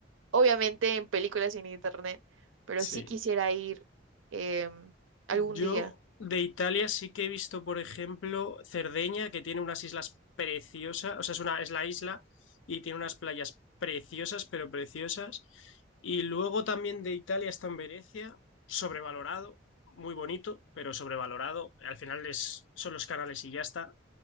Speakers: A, on the right (about 80°); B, on the left (about 70°).
A: obviamente en películas y en internet, pero
B: Sí.
A: sí quisiera ir em, algún
B: Yo
A: día.
B: de Italia sí que he visto, por ejemplo, Cerdeña, que tiene unas islas preciosas, o sea, es una, es la isla y tiene unas playas preciosas, pero preciosas. Y luego también de Italia está en Venecia, sobrevalorado, muy bonito, pero sobrevalorado. Al final es, son los canales y ya está.